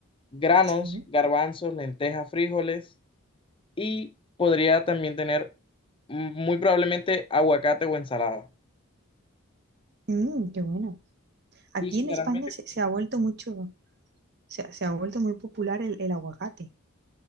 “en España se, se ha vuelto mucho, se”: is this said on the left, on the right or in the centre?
Right